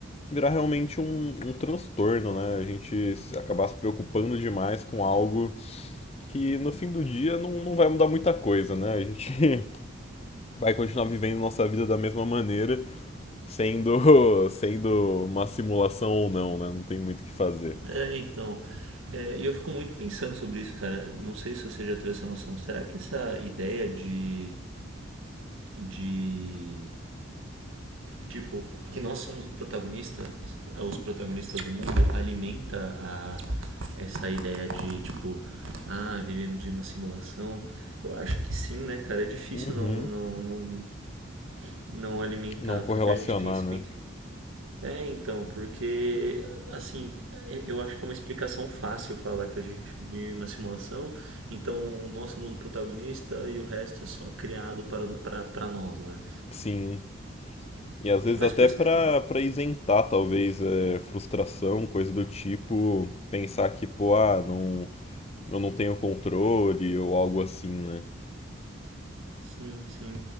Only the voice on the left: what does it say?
virar realmente um, um transtorno, né? A gente acabar se preocupando demais com algo que no fim do dia não, não vai mudar muita coisa, né? A gente <laughs> vai continuar vivendo nossa vida da mesma maneira, sendo, <laughs> sendo uma simulação ou não, né? Não tem muito o que fazer.
Uhum.
Não correlacionar,
né?
Sim. E às vezes
até
pra, pra isentar, talvez, é, frustração, coisa do tipo, pensar que, pô, ah, não, eu não tenho controle ou algo assim, né?